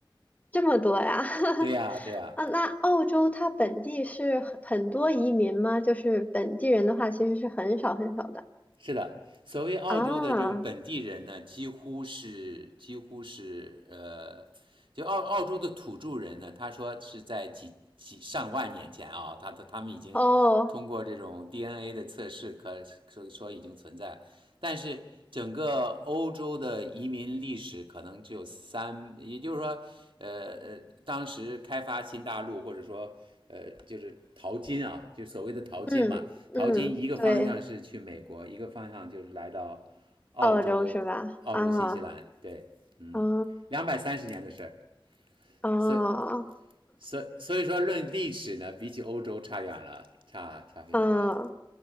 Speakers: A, on the left (about 20°); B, on the right (about 75°).
A: 这么多呀。<laughs>
B: 对呀、啊对呀、
A: 啊，
B: 啊
A: 那澳洲它本地是很很多移民吗？就是本地人的话，其实是很少很少的
B: 是的，所谓澳洲的这种本地人呢，
A: 啊。
B: 几乎是几乎是呃，就澳澳洲的土著人呢，他说是在几几上万年前啊，他他他们已经通过这种
A: 哦，
B: DNA 的测试可说说已经存在，但是整个欧洲的移民历史可能只有三，也就是说，呃呃，当时开发新大陆或者说呃，就是淘金啊，就所谓的淘金嘛。
A: 嗯嗯，
B: 淘金一个方向是去美国，
A: 对，
B: 一个方向就是来到澳洲、
A: 澳洲是吧？
B: 澳洲、
A: 啊，
B: 新西兰，对，
A: 啊
B: 两百三十年的事儿。
A: 啊啊。
B: 所所所以说，论历史呢，比起欧洲差远了，差差非常远。
A: 嗯